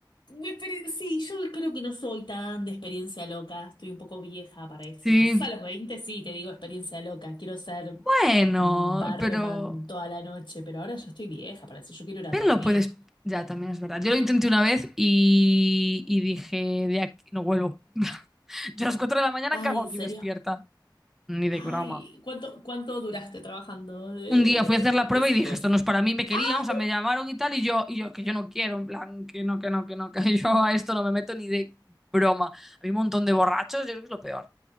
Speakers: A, on the left (about 80°); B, in the centre.
A: Mi experien- Sí, yo creo que no soy tan de experiencia loca, estoy un poco vieja para eso.
B: Sí,
A: Quizás a los 20 sí te digo experiencia loca, quiero ser
B: bueno,
A: barman
B: pero,
A: toda la noche, pero ahora yo estoy vieja para eso, yo quiero ir a
B: pero
A: dormir.
B: lo puedes, ya también es verdad. Yo lo intenté una vez y, y dije, de aquí no vuelvo. <laughs> Yo a las 4 de la mañana,
A: Ay,
B: ¿qué hago
A: ¿en
B: aquí
A: serio?
B: despierta? Ni
A: Ay,
B: de broma.
A: ¿cuánto, cuánto duraste trabajando de,
B: Un día fui a hacer la prueba
A: de esas
B: y dije,
A: cosas?
B: esto no es para mí, me querían,
A: Ah,
B: o sea, me llamaron y tal, y yo, y yo, que yo no quiero, en plan, que no, que no, que no, que <laughs> yo a esto no me meto ni de broma. Había un montón de borrachos, yo creo que es lo peor.